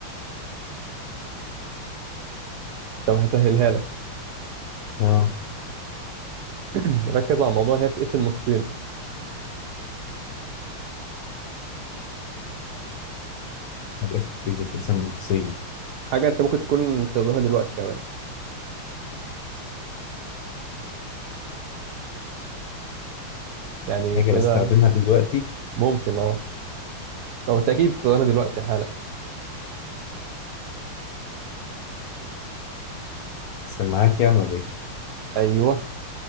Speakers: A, on the right; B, on the left.
A: <clears throat> طب هسهلها لك
B: آه
A: <clears throat> ركز على الموضوع ان هي بتقسم نصين
B: حاجات كتير بتتقسم نصين
A: حاجه انت ممكن تكون بتستخدمها دلوقتي كمان يعني
B: حاجة
A: كده
B: بستخدمها دلوقتي
A: ممكن اه طب انت اكيد بتستخدمها دلوقتي حالا
B: سماعات يعني ولا إيه؟
A: ايوه